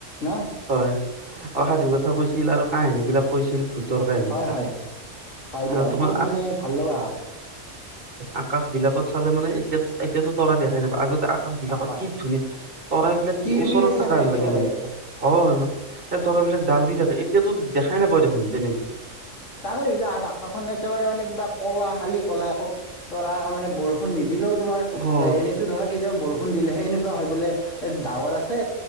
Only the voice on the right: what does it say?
হয় অসাধু কথা কৈছিল আৰু কাহিনী বিলাক কৈছিল। ভূতৰ কাহিনী
বিলাক
আৰু তোমাৰ
আকাশবিলাকত চালে মানে এতিয়াত এতিয়াতো তৰাই দেখাই নাপা আগত। আকাশ বিলাকত
কি ধুনীয়া তৰাইবলাক
কি ওচৰত
থকা
আন
লাগে মানে, হয় ম। এ তৰা বিলাক ডউৰি থাকে এতিয়াতো দেখাই নাপায় দেখোন তেনেকুৱাই।
অ